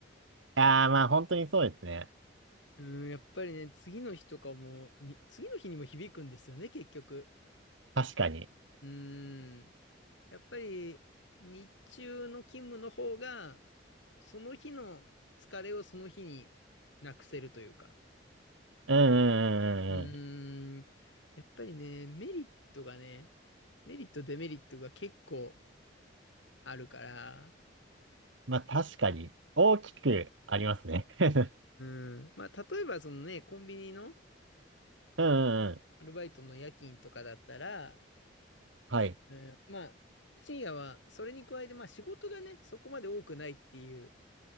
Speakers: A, on the right; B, on the left.
A: ああ、まあ本当にそうですね。
B: うーん、やっぱりね、次の日とかも、に、次の日にも響くんですよね、結局。
A: 確かに。
B: うーん。やっぱり、日中の勤務の方が、その日の疲れをその日になくせるというか。
A: うんうんうんうんうん。
B: うーん。やっぱりね、メリットがね、メリット、デメリットが結構あるから、
A: まあ確かに、大きくありますね。<laughs>
B: うん。まあ、例えばそのね、コンビニの
A: うんうんうん。
B: アルバイトの夜勤とかだったら、
A: はい。
B: えーまあ、深夜は、それに加えて、まあ仕事がね、そこまで多くないっていう、